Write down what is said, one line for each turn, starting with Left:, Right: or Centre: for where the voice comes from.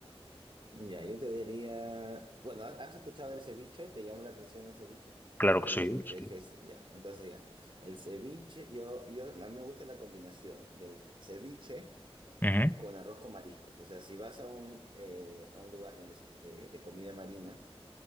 Right: Ya, yo te diría, bueno, ¿has has escuchado el ceviche? ¿Te llama la atención el ceviche?
Left: Claro
Right: El
Left: que sí, sí.
Right: que es, que es- ya, entonces ya, el ceviche, yo, yo, a mí me gusta la combinación del ceviche
Left: Ujú,
Right: con arroz con mariscos. O sea, si vas a un, eh, a un lugar donde, es de, de comida marina,